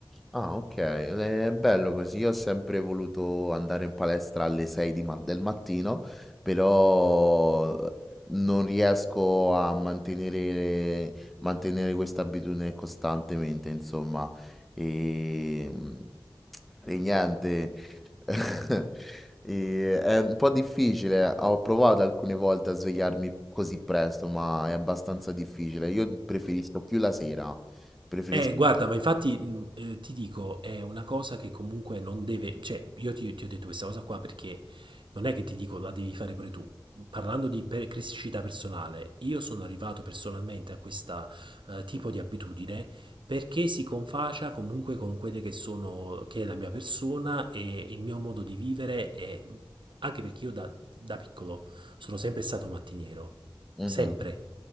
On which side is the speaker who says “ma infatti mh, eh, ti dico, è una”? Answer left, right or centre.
Right